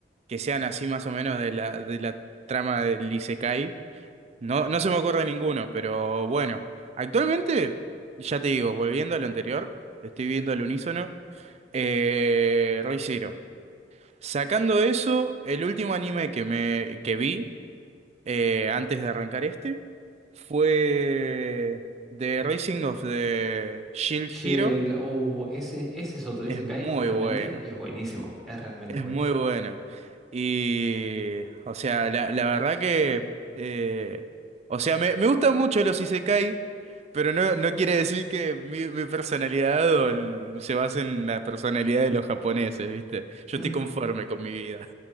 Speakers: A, on the right; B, in the centre.
A: que sean así más o menos de la, de la trama del Isekai. No, no se me ocurre ninguno, pero bueno. Actualmente, ya te digo, volviendo a lo anterior, estoy viendo al unísono, eh, Re:Zero. Sacando eso, el último anime que me que vi. eh, antes de arrancar este, fue The Rising of the Shield
B: Che,
A: Hero.
B: el- oh, ese, ese es otro isekai
A: Es muy
B: justamente
A: bueno,
B: y es buenísimo, es realmente
A: es
B: bueno.
A: muy bueno. Y, o sea, la, la verdad que, eh, o sea, me, me gustan mucho los isekai, pero no, no quiere decir que mi, mi personalidad o el- se base en la personalidad de los japoneses, ¿viste? Yo
B: Mm,
A: estoy conforme con mi vida.